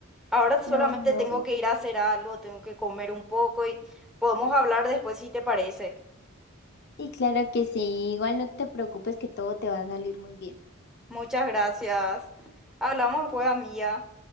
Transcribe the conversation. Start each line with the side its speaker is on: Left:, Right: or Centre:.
Centre: Ahora solamente
Left: no, no.
Centre: tengo
Left: no.
Centre: que ir a hacer algo, tengo que comer un poco y podemos hablar después si te parece.
Left: Y claro que sí, igual no te preocupes que todo te va a salir muy bien.
Centre: Muchas gracias. Hablamos después, amiga.